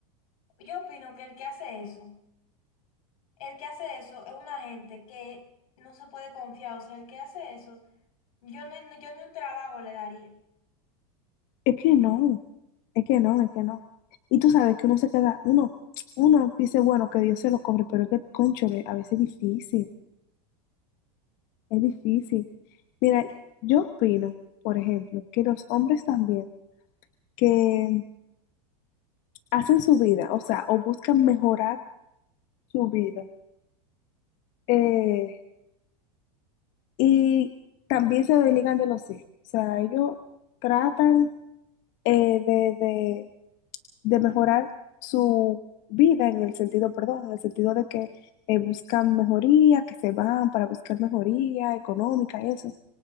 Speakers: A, on the left; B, on the left.
A: yo opino que el que hace eso. El que hace eso es una gente que no se puede confiar. O sea, el que hace eso, yo no, no, yo ni un trabajo le daría.
B: Es que no, es que no, es que no. Y tú sabes que uno se queda, uno, uno dice, bueno, que Dios se lo cobre, pero es que, cónchale, a veces es difícil, es difícil. Mira,
A: ¿Y qué?
B: yo opino, por ejemplo, que los hombres también, que hacen su vida, o sea, o buscan mejorar su vida. Eh, y también se desligan de los hijos, o sea, ellos tratan eh, de, de- de mejorar su vida en el sentido, perdón, en el sentido de que eh, buscan mejoría, que se van para buscar mejoría económica y eso.